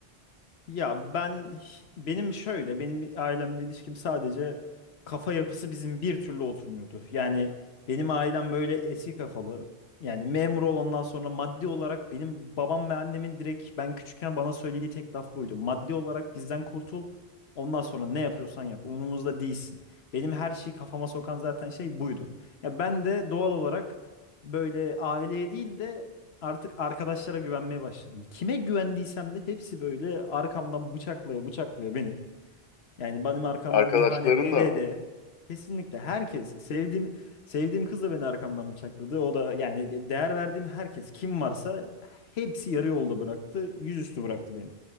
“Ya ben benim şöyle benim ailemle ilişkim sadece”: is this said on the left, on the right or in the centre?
Left